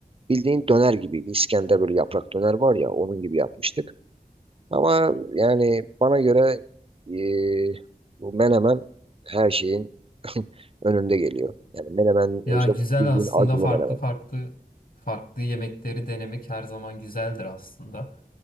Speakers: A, on the right; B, on the left.
A: bildiğin döner gibiydi. İskender böyle yaprak döner var ya onun gibi yapmıştık. Ama yani bana göre e, bu menemen her şeyin <laughs> önünde geliyor. Yani menemen
B: Ya
A: özde
B: güzel
A: bildiğin
B: aslında
A: acılı
B: farklı
A: menemen.
B: farklı farklı yemekleri denemek her zaman güzeldir aslında.